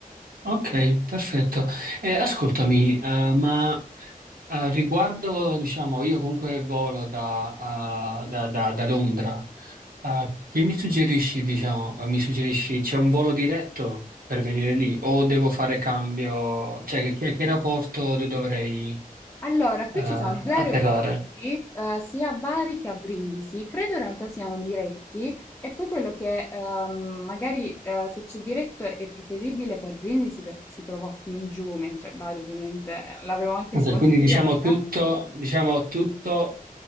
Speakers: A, on the right; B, on the left.
A: Ok, perfetto. Eh, ascoltami, eh, ma... Eh, riguardo, diciamo, io comunque volo da, ah, da- da- da Londra. Ah, che mi suggerisci, diciamo, eh, mi suggerisci c'è un volo diretto per venire lì o devo fare cambio? Cioè, che, che aeroporto de- dovrei,
B: Allora, qui
A: eh,
B: ci sono due
A: atterrare?
B: aeroporti, eh, sia a Bari che a Brindisi. Credo in realtà siano diretti e poi quello che ehm, magari eh, se c'è diretto è preferibile per Brindisi perché si trova più in giù, mentre Bari ovviamente l'avevo anche
A: Ok,
B: sconsigliata.
A: quindi diciamo tutto, diciamo tutto